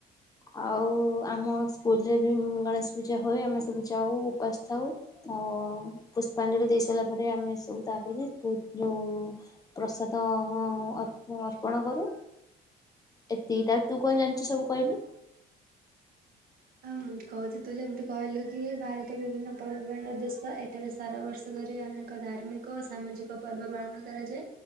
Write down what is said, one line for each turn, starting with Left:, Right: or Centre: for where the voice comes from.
Left: ଆଉ ଆମ ସ୍କୁଲରେ ବି ଗଣେଶ ପୂଜା ହୁଏ ଆମେ ସବୁ ଯାଉ ଉପାସ ଥାଉ। ଆଉ ପୁଷ୍ପାଞ୍ଜଳି ଦେଇ ସାରିଲା ପରେ ଆମେ ସବୁ ତାପରେ ବହୁତ୍ ଯୋଉ ପ୍ରସାଦ ଅର୍ପ ଅର୍ପଣ କରୁ। ଏତିକି ଟା ତୁ କଣ ଜାଣିଚୁ ସବୁ କହିଲୁ?
Right: ହଁ କହୁଚି ତୁ ଯେମିତି କହିଲୁ କି ଭାରତ ବିଭିନ୍ନ ପର୍ବପର୍ବାଣିର ଦେଶ ଏଠାରେ ସେ ସାରା ବର୍ଷ ଧରି ଅନେକ ଧାର୍ମିକ ଓ ସାମାଜିକ ପର୍ବ ପାଳନ କରାଯାଏ।